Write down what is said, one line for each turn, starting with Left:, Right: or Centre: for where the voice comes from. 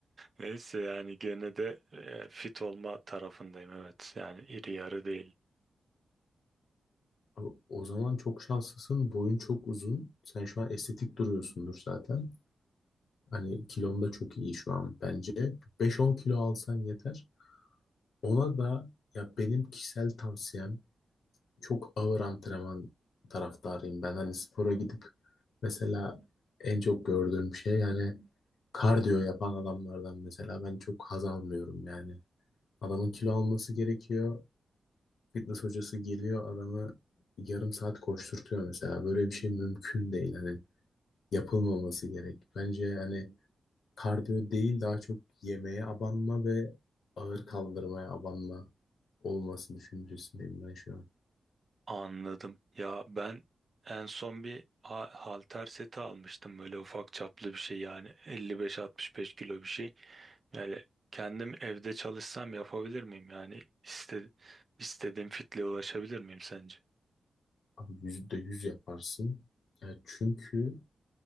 Right: Neyse yani gene de e, fit olma tarafındayım. Evet yani iri yarı değil.
Left: Abi o zaman çok şanslısın. Boyun çok uzun. Sen şu an estetik duruyorsundur zaten. Hani kilon da çok iyi şu an bence. 5-10 kilo alsan yeter. Ona da ya benim kişisel tavsiyem çok ağır antrenman taraftarıyım. Ben hani spora gidip mesela en çok gördüğüm şey yani kardiyo yapan adamlardan mesela ben çok haz almıyorum yani. Adamın kilo alması gerekiyor. Fitness hocası geliyor adamı yarım saat koşturtuyor mesela. Böyle bir şey mümkün değil. Hani yapılmaması gerek. Bence hani kardiyo değil daha çok yemeğe abanma ve ağır kaldırmaya abanma olması düşüncesindeyim ben şu an.
Right: Anladım. Ya ben en son bir ha- halter seti almıştım. Böyle ufak çaplı bir şey yani 55-65 kilo bir şey. Yani kendim evde çalışsam yapabilir miyim? Yani iste, istediğim fitle ulaşabilir miyim sence?
Left: Abi yüzde yüz yaparsın. Ya çünkü